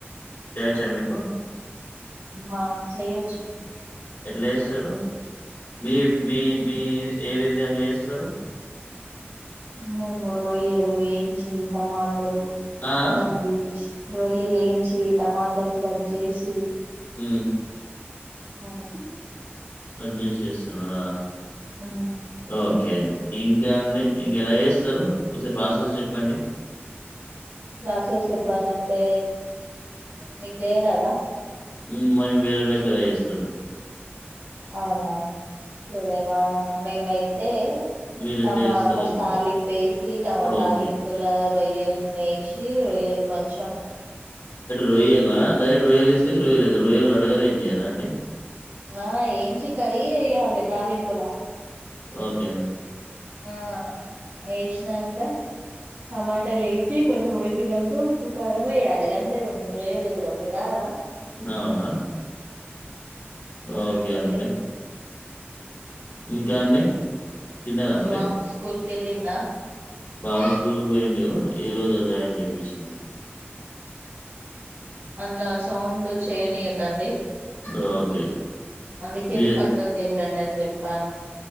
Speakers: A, on the left; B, on the right.
A: చేయొచ్చా మీకు
B: అమ్మ చేయొచ్చు
A: ఎట్లా చేస్తారు మీర్ మీ మీ ఏవిధంగా చేస్తారు
B: మేము రొయ్యలు వేయించి టమాటలు
A: ఆ
B: కట్ చే రొయ్యలేంచి టమాటలు కట్ జేసి
A: హ్మ్
B: అహ్
A: కట్ జేసి చేస్తున్నారా
B: ఆ
A: ఒకే
B: మీకు
A: ఇంకా అండి ఇంకెలా చేస్తారు ఒసర్ ప్రాసెస్ చెప్పండి
B: ప్రసేస్ చెప్పాలంటే మీకు చేయరాదా
A: హ్మ్ మేం వేరేళక్క లా ఏస్తాం
B: అవునా సర్ మా మేం అయి అయితే
A: మీరు ఎట్లా
B: టమా
A: చేస్తారు
B: ఫస్ట్
A: చెప్పండి
B: తాలింపేసి తమ
A: ఓకే
B: తాలింపుల రోయల్ని వేశీ రొయ్యలు కొంచం
A: రోయలా డైరెక్ట్ రోయల్ తీసుకొచ్చి రోయల్ అత్ రోయల్ గడగారు ఏం చేయరా అండి
B: ఆ ఏంచి కడిగీ ఏయలే తాలింపులా
A: ఒకే
B: ఆ ఏశ్నంక టమాట లేశి కొంచెం ఉడికినంకా ఉప్పు కారం ఏయ్యలే గంతే రాయల్ కూర మీకు రాద
A: అవునా ఒకే
B: మీకు
A: అండి ఇంకాండి తినర మరి
B: బాబు స్కూల్ కెళ్ళిండా
A: బాబు స్కూల్ పొయిండూ ఈ రోజు జాయిన్ చెపిచ్
B: అల సౌండ్ చెయనియకండి
A: ఓకే.
B: అందుకె
A: మీ
B: పక్కకెళ్లండి అని చెప్పాను